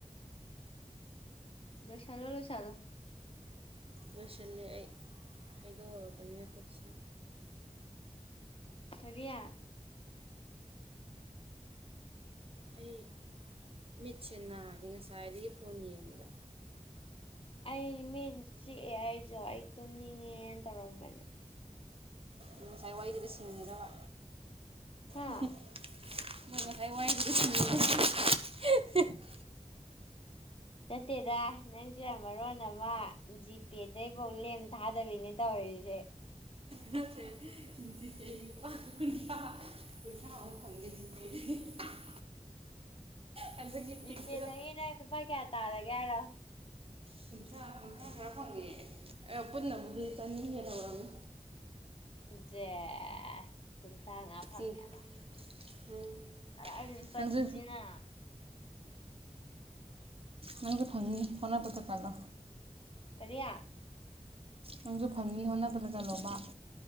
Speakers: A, on the left; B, on the right.
A: ꯂꯣꯏꯁꯤꯜꯂꯣ ꯂꯣꯏꯁꯤꯜꯂꯣ
B: ꯂꯣꯏꯁꯤꯂꯦ ꯑꯩ ꯍꯩꯗꯣꯛꯎꯔꯕꯅꯤꯅ ꯈꯨꯠꯁꯤ
A: ꯀꯥꯔꯤꯌꯥ
B: ꯑꯩ ꯃꯤꯠꯁꯦꯅꯥꯔꯦ ꯉꯁꯥꯏꯗꯒꯤ ꯐꯣꯟ ꯌꯦꯡꯕꯗ
A: ꯑꯩ ꯃꯤꯠ ꯆꯤꯛꯑꯦ ꯑꯩꯁꯨ ꯑꯩ ꯇꯨꯝꯅꯤꯡꯉꯦꯅ ꯇꯧꯔꯝꯕꯅꯦ
B: ꯉꯁꯥꯏ ꯋꯥꯏꯗꯨꯗ ꯁꯤꯡꯉꯤꯔꯥꯕ
A: ꯍꯥ
B: <unintelligible>
A: ꯅꯠꯇꯦꯗ ꯅꯪꯁꯦ ꯌꯥꯝ ꯃꯔꯣꯟ ꯑꯃ ꯖꯤꯇꯦꯗꯩ ꯕꯣ ꯂꯦꯝ ꯊꯥꯗꯕꯤꯅꯦ ꯇꯧꯔꯤꯁꯦ
B: ꯅꯠꯇ꯭ꯔꯦ <inaudible> <unintelligible> ꯍꯟꯗꯛꯀꯤ
A: ꯖꯤꯄꯦꯗꯒꯤ
B: ꯄꯤꯛꯇꯨꯗ
A: ꯅꯪ ꯂꯨꯄꯥ ꯀꯌꯥ ꯇꯥꯜꯂꯒꯦ ꯍꯥꯏꯔꯣ
B: ꯀꯨꯟꯊ꯭ꯔꯥ ꯀꯨꯟꯊ꯭ꯔꯥ ꯈꯔ ꯐꯪꯉꯦ ꯑꯔꯣ ꯄꯨꯟꯅꯕꯨꯨꯛꯗꯤ ꯆꯅꯤ ꯍꯦꯜ ꯍꯧꯔꯕꯅꯤ
A: ꯖꯦꯁ ꯀꯨꯟꯊ꯭ꯔꯥ ꯉꯥ ꯐꯪꯉꯦꯕ
B: ꯎꯝ <inaudible>
A: ꯀꯔꯥꯏꯗꯟ ꯄꯟꯖꯤꯅꯥ
B: ꯅꯪꯁꯨ ꯅꯪꯁꯨ ꯐꯪꯅꯤ ꯍꯣꯠꯅꯕꯗ ꯀꯥꯥꯜꯂꯣ
A: ꯀꯔꯤꯌꯥ
B: ꯅꯪꯁꯨ ꯐꯪꯅꯤ ꯍꯣꯠꯅꯕꯗ ꯀꯜꯂꯣꯕ